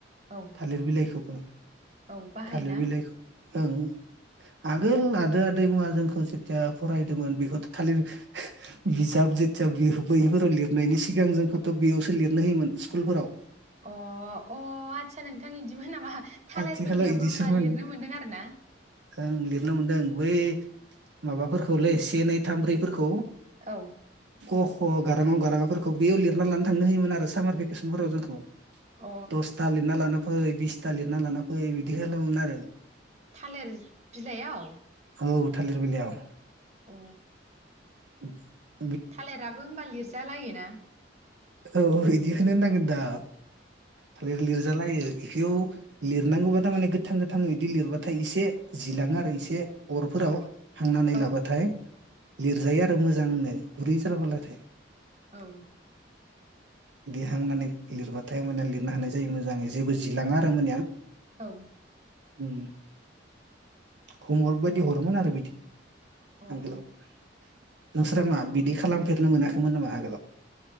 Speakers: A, on the right; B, on the right.
A: औ
B: थालिर बिलाइखौ बुं
A: औ बाहायोना
B: थालिर बिलाइ ओं आगोल आदै आदै मुवा जोंखौ जेथिया फरायदोंमोन बेखौथ' थालिर बिजाब जेथिया बे बैफोराव लिरनायनि सिगां जोंखौथ' बेयावसो लिरनो होयोमोन स्कुलफोराव
A: अ अ आस्सा नोंथां बिदिमोन नामा थालिर
B: आथिखालाव
A: बिलाइयावबो
B: इदिसोमोन
A: होनबा लिरनो मोनदों आरो ना।
B: ओं लिरनो मोनदों बै माबाफोरखौलै से नै थाम ब्रैफोरखौ
A: औ
B: क ख गारां अ गारां आ खौ बेयाव लिरना लानो थांनो होयोमोन आरो सामार भेकेसनफोराव जोंखौ
A: अ
B: दसथा लिना लाना फै बिसथा लिरना लाना फै बिदि खालामोमोन आरो
A: थालिर बिलाइयाव
B: औ थालिर बिलाइआव
A: अ
B: इदि
A: थालिराबो होनबा लिरजा लायो। ना
B: औ बिदिखौनो होननांगोन दा थालिर लिरजालायो बेयाव लिरनांगौबा थारमाने गोथां गोथां इदि लिरबाथाय एसे जिलाङो आरो इसे अरफोराव हांनानै
A: औ
B: लाबाथाय लिरजायो आरो मोजांनो गुरै जारला बाथाय
A: औ
B: बिदि हांनानै लिरबाथाय ओमबानिया लिरनो हानाय जायो मोजाङै जेबो जिलाङा आरो ओमबानिया
A: औ
B: उम खमल बायदि हरोमोन आरो बिदि
A: होमबाथ'
B: आगोलाव नोंसोर मा
A: ओ
B: बिदि खालामफेरनो मोना खोमोन नामा आगोलाव